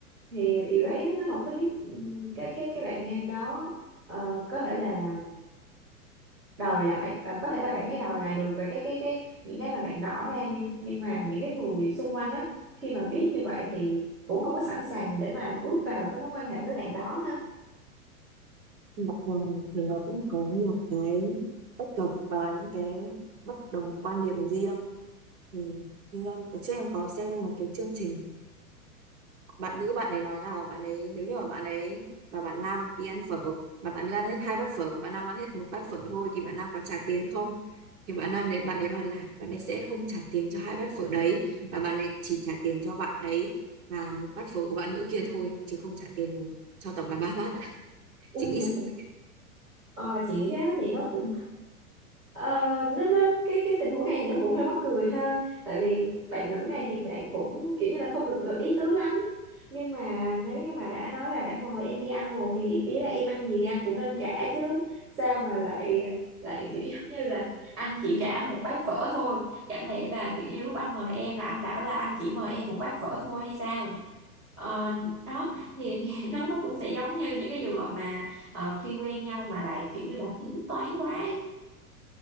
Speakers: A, on the right; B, on the right.
A: thì điều đấy nó không có giúp ừ, cái cái cái bạn nam đó ờ, có thể là đòi lại ờ, có thể là bạn hãy đòi lại được về cái cái cái những cái mà bạn rõ ra đi nhưng mà những cái người xung quanh đó khi mà biết như vậy thì cũng không có sẵn sàng để mà bước vào cái mối quan hệ với bạn đó ha
B: mặc dù thì nó cũng có nhiều cái bất cập và những cái bất đồng quan điểm riêng thì như em trước em có xem một cái chương trình bạn nữ bạn ấy nói là bạn ấy nếu như mà bạn ấy và bạn nam đi ăn phở mà bạn nữ ăn hết hai bát phở bạn nam ăn hết một bát phở thôi thì bạn nam có trả tiền không thì bạn nam đấy bạn ấy bảo là bạn ấy sẽ không trả tiền cho hai bát phở đấy mà bạn ấy chỉ trả tiền cho bạn đấy và một bát phở của bạn nữ kia thôi chứ không trả tiền cho tổng là ba bát ạ
A: <laughs>
B: chị nghĩ sao?
A: ờ, chị thế thì nó cũng Ờ, nên, nên cái cái tình huống này thì nó cũng hơi mắc cười ha tại vì bạn nữ này thì bạn cũng kiểu như là không được ờ, ý tứ lắm nhưng mà nếu như mà đã nói là đã mời em đi ăn rồi thì ý là em ăn gì thì anh cũng nên trả chứ sao mà lại lại kiểu giống như là anh chỉ trả một bát phở thôi chẳng lẽ là kiểu như lúc anh mời em là anh bảo là anh chỉ mời em một bát phở thôi hay sao Ờ, đó thì thì <laughs> nó nó cũng sẽ giống như những cái trường hợp mà ờ, khi quen nhau mà lại kiểu như là tính toán quá ấy.